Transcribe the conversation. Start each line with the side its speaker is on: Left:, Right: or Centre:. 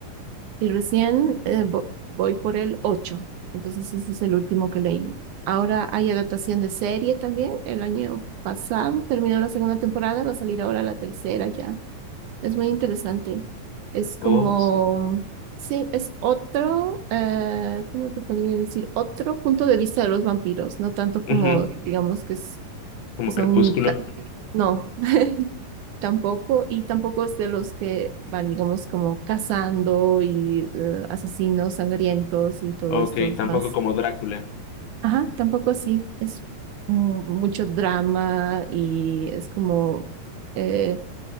Right: y recién eh, vo- voy por el 8, entonces ese es el último que leí. Ahora hay adaptación de serie también, el año pasado terminó la segunda temporada, va a salir ahora la tercera ya. Es muy interesante. Es como,
Left: Oh, su-
Right: sí, es otro, eh, ¿cómo te podría decir? Otro punto de vista de los vampiros, no tanto como,
Left: ujú.
Right: digamos, que, es-
Left: Como
Right: que son,
Left: Crepúsculo.
Right: ca- no, <laughs> tampoco, y tampoco es de los que van, digamos, como cazando y eh, asesinos sangrientos y todo
Left: Ok,
Right: esto
Left: tampoco
Right: más.
Left: como Drácula.
Right: Ajá, tampoco así. Es mu- mucho drama y es como... eh,